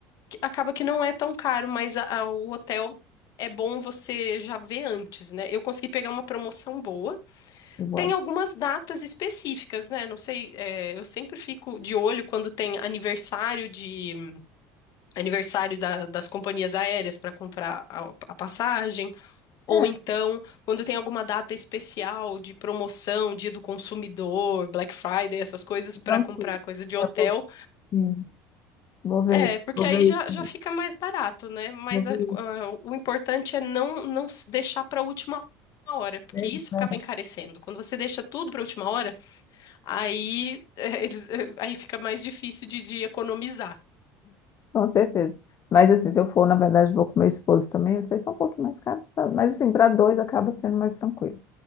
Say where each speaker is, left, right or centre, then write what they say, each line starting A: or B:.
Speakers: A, on the left (about 55°); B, on the left (about 40°).
A: acaba que não é tão caro, mas a- a- o hotel é bom você já ver antes, né? Eu consegui pegar uma promoção boa.
B: eu vou
A: Tem
B: olhar.
A: algumas datas específicas, né? Não sei, é, eu sempre fico de olho quando tem aniversário de aniversário da- das companhias aéreas para comprar a, a passagem, ou
B: É,
A: então quando tem alguma data especial de promoção, dia do consumidor, Black Friday, essas coisas para
B: tranquilo.
A: comprar coisa de hotel.
B: É, vou, Sim. Vou ver,
A: É, porque
B: vou
A: aí
B: ver
A: já,
B: isso mesmo.
A: já fica mais barato, né? Mas
B: Vou ver
A: ah,
B: isso
A: ah, o importante é não, não s- deixar para a última hora, porque
B: mesmo,
A: isso acaba
B: né?
A: encarecendo. Quando você deixa tudo para a última hora, aí, <laughs> eh, eles, eh, aí fica mais difícil de, de economizar.
B: com certeza. Mas assim, se eu for, na verdade, vou com meu esposo também, vocês são um pouquinho mais caros. tá? Mas assim, para dois acaba sendo mais tranquilo,